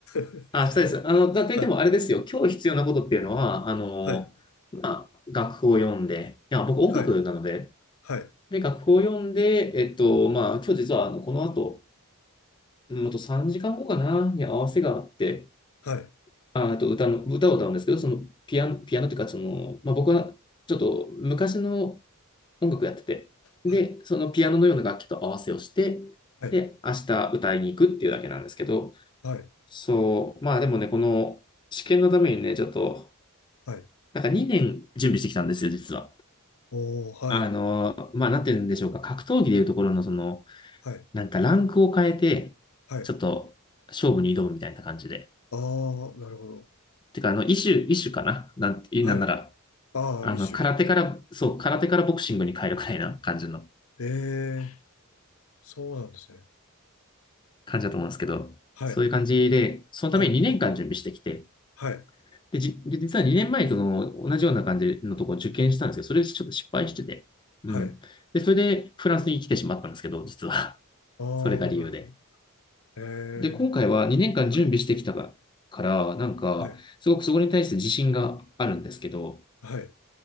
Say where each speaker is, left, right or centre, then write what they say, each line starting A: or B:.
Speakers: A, on the left; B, on the left.
A: <laughs>
B: あ、明日です。あの、だといってもあれですよ、
A: はい、
B: 今日必要なことっていうのは、あの、
A: は
B: まあ、楽譜を読んで、いや、僕音楽なので、
A: い、はい、
B: で、楽譜を読んで、えっと、まあ、今日実は、あの、この後、うんあと3時間後かな、に合わせがあって、
A: はい、
B: あ、あと歌の、歌を歌うんですけど、その、ピアノ、ピアノというか、その、まあ、僕は、ちょっと昔の音楽やってて、で、
A: はい、
B: そのピアノのような楽器と合わせをして、
A: はい、
B: で、
A: はい、
B: 明日歌いに行くっていうだけなんですけど、
A: はい、
B: そう、まあでもね、この試験のためにね、ちょっと、
A: はい。
B: なんか2年準備してきたんですよ、実は。
A: おー、はい、
B: あの、まあなってるんでしょうか、格闘技でいうところのその、
A: はい、
B: なんかランクを変えて、
A: はい。
B: ちょっと勝負に挑むみたいな感じで。
A: あー、なるほど。
B: てか、あの、異種、異種かななんて、
A: はい。
B: なんなら、
A: あー、
B: あの、
A: 一種。
B: 空手から、そう、空手からボクシングに変えるくらいな感じの
A: えー、そうなんですね。
B: 感じだと思うんですけど、
A: はい、
B: そういう感じで、そのために2年間準備してきて、
A: はい、はい、
B: で、じ、実は2年前との同じような感じのところを受験したんですけど、それでちょっと失敗してて、うん。
A: はい。
B: で、それでフランスに来てしまったんですけど、実は。<laughs>
A: あー、
B: それが理由で。
A: なるほど。え
B: で、今回は2年間準備してきたから、
A: ー、はい、
B: なんか、
A: はい、
B: すごくそこに対して自信があるんですけど、
A: はい、